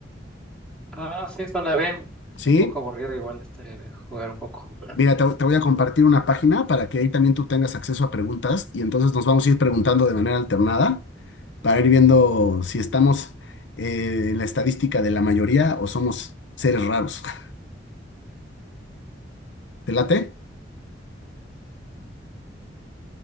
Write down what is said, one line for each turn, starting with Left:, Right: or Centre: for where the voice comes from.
Centre: Ah, sí, suena bien. Estoy
Left: ¿Sí?
Centre: un poco aburrido, igual estaría bien jugar un poco.
Left: Mira, te, te voy a compartir una página para que ahí también tú tengas acceso a preguntas y entonces nos vamos a ir preguntando de manera alternada para ir viendo si estamos eh, en la estadística de la mayoría o somos seres raros. <laughs> ¿Te late?